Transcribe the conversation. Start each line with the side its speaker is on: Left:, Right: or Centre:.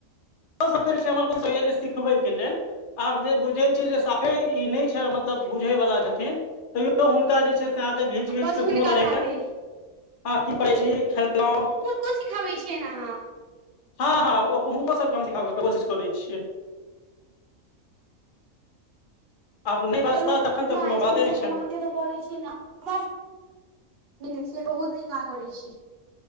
Left: <unintelligible> सिखबैके लेल आब जे बुझै छियै जे साफे ई नहि छै मतलब बुझय वला छथिन तैयो हुनका जे छै अहाँके घीच घीच
Right: बस
Left: के
Right: हुनका
Left: कोनो तरहे
Right: साथे
Left: हं की करै छी खेल्लौं
Right: को सिखाबै छियैनि आहाँ
Left: हँ हँं हुनको सभके हम सिखाबैके कोशिश करै छियै आब नहि बाजता
Right: चलू बढ़िया
Left: तखन तऽ कोनो
Right: अछि
Left: बाते
Right: कम
Left: नहि
Right: कम
Left: छनि
Right: अहाँके से तऽ करै छी न हमरा से बहुत नीक आहाँ करै छी